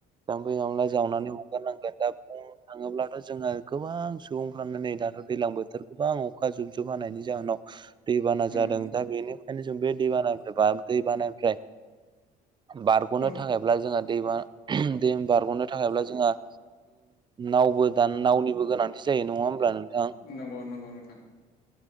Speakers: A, on the right; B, on the left.
A: जामफै जामला जावनानै हगारनांगोन दा बुं थाङोब्लाथ' जों गोबां सुबुंफ्रानो नै दाथ' दैज्लां बोथोर गोबां अखा जुब जुब हानायनि जाहोनाव दैबाना
B: उम
A: जादों दा बेनिखायनो जों बे दैबानिफ्राय बा दैबानानिफ्राय बारग'नो
B: औ
A: थाखायब्ला जोंहा दैमा दै बारग'नो थाखायब्ला जोंहा नावबो दान नावनिबो गोनांथि जायो नङा होमब्ला नोंथां।
B: नंगौ नांगौ नोंथां।